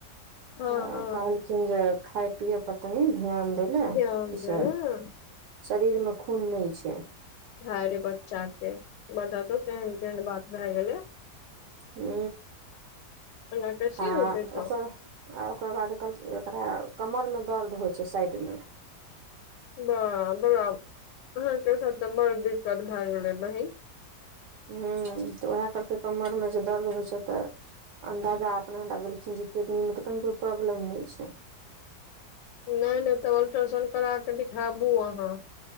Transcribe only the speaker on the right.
त
कहलखिन जे खाय पिये पर तनी ध्यान
से
शरीरमे खून नहि छै
हू
आ
ओकर हा ओकर बाद कहल एकरा कमर मे दर्द होइ छै साइड मे
हूँ तऽ उएह कहलकै कमरमे जे दर्द होइ छै तऽ अन्दाजा अपना लगेलखिन जे किडनी मे तऽ कनिको प्रॉब्लम नहि छै